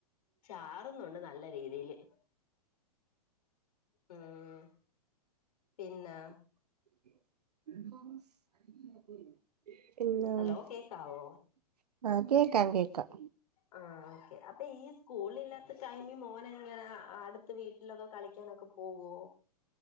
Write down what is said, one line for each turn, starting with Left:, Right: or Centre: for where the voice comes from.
Left: ചാറുന്നുണ്ട് നല്ല രീതിയില്. ഉം പിന്നെ
Right: <unintelligible>
Left: ഹലോ കേക്കാവോ
Right: ആഹ് കേൾക്കാം കേക്കാം
Left: ആ ഓക്കേ അപ്പൊ ഈ സ്കൂളില്ലാത്ത ടൈമിൽ മോനെങ്ങനാ അടുത്ത ട്ത്ത വീട്ടിലൊക്കെ കളിക്കാനൊക്കെ പോകോ?